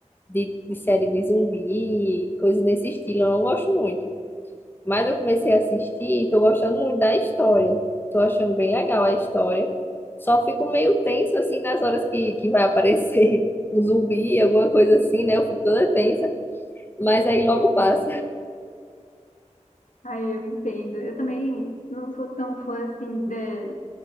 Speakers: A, on the left (about 15°); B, on the left (about 80°).
A: de, de série de zumbi, coisa nesse estilo. Eu não gosto muito. Mas eu comecei a assistir e tô gostando muito da história. Tô achando bem legal a história. Só fico meio tenso assim nas horas que, que vai aparecer <laughs> um zumbi, alguma coisa assim, né? Eu fico toda tensa, mas aí logo passa.
B: Ai, eu entendo. Eu também não sou tão fã, assim, de,